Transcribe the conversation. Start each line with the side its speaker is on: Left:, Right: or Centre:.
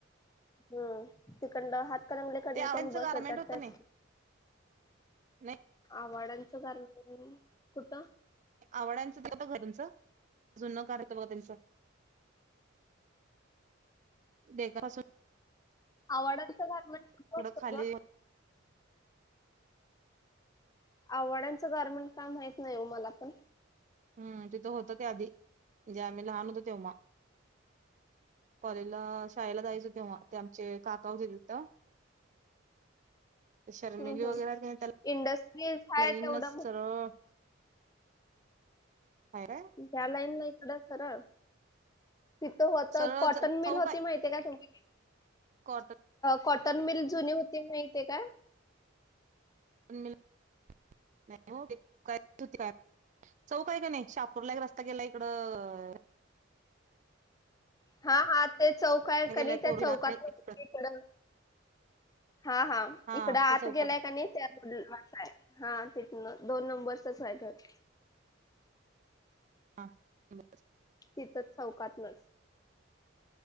Left: हम्मं तिकडंन हातकंगल्याकडनं
Right: ते आवड्यांचं
Left: तेन बसं
Right: गारमेंट
Left: येतांत
Right: होतं
Left: त्यांच
Right: नाही नाही
Left: आव्हाड्यांच दरम्यांन कुठं
Right: आवड्यांच घरं तिथं तुमचं जूंन घरं होतं बघां त्यांचं देखां असूंन
Left: आवड्यांच घरं म्हणजे कुंठे
Right: तिकडं
Left: येतं
Right: खाली <unintelligible> <unintelligible>
Left: आवड्यांच दारमंन कायं माहित नाहीं हो मलां पणं
Right: हम्मं तिथं होतं ते आंधी जे आम्हीं लहांन होतो तेंव्हा. कॉलेजला शाळेलां जायचं तेव्हां ते आमचे काका होतं होते तिथं शर्मिली
Left: हम्म हम्म
Right: वगैरें कां त्यांलां
Left: इंडस्ट्रीज आहे
Right: लाईनचं
Left: तेवढं
Right: सरळं हां कायं
Left: त्यां लाईन नं इकडं सरळं तिथं होतं
Right: सरळ
Left: कॉटन
Right: चौक
Left: मिलं होती
Right: आहे
Left: माहितीय कां तुम्हंची
Right: कॉटन
Left: कॉटन मिल जुनी होती माहितीये कायं?
Right: नाहीं हो चौक हांय कायं नाहीं शाहांपूरलां एक रस्तां गेलां इकडं
Left: हां हां ते चौक आहे कनी
Right: गेलाय कोरीला
Left: त्यां चौकांत इकडं हां हां
Right: हा
Left: इकडं आंत
Right: त्या चौकात
Left: गेलांय कां नाहीं हां तिथं दोन नंबरचं आहे घरं
Right: हां नं
Left: तिथंच चौकांतल